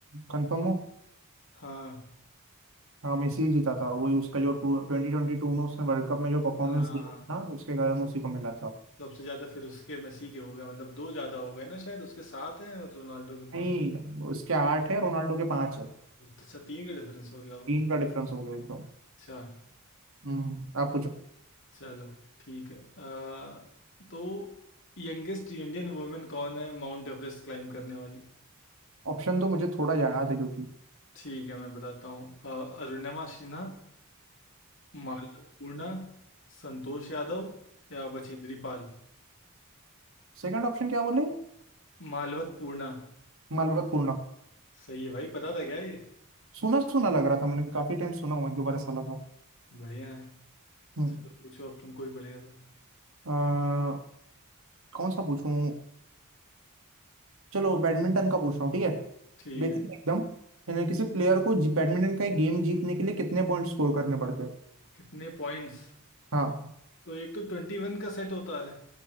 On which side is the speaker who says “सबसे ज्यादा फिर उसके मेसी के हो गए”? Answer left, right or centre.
Left